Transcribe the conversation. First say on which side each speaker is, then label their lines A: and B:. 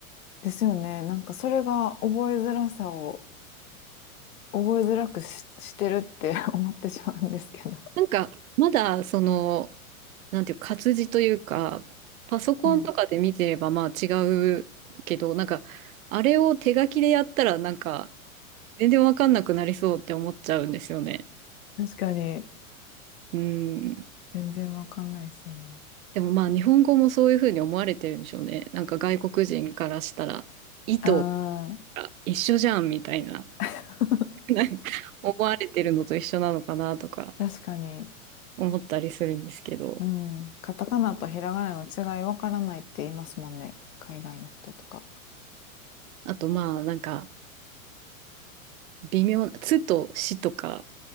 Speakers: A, on the left; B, on the right.
A: ですよね。なんかそれが覚えづらさを覚えづらくし、してるって <laughs> 思ってしまうんですけど。
B: なんか、まだ、その、なんていうか、活字というか、パソコンとかで見てれば、
A: うん。
B: まあ違うけど、なんか、あれを手書きでやったら、なんか、全然わかんなくなりそうって思っちゃうんですよね。
A: 確かに。
B: うん。
A: 全然わかんないですよね。
B: でもまあ、日本語もそういうふうに思われてるんでしょうね。なんか、外国人からしたら、意図
A: ああ。
B: が一緒じゃん、みたいな、
A: <laughs>
B: <laughs> なんか思われてるのと一緒なのかな、とか、
A: 確かに。
B: 思ったりするんですけど。
A: うん。カタカナとひらがなの違いわからないって言いますもんね。海外の人とか。
B: あと、まあ、なんか、微妙な、つとしとか、